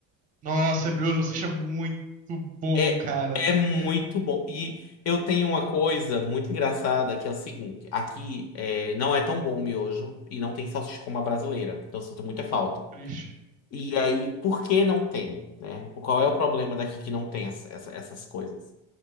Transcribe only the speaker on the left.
É,
é muito bom. E eu tenho uma coisa muito engraçada que é o seguinte: aqui é, não é tão bom o miojo e não tem salsicha como a brasileira. Então eu sinto muita falta.
E aí, por que não tem, né? Qual é o problema daqui que não tem essa- essa- essas coisas?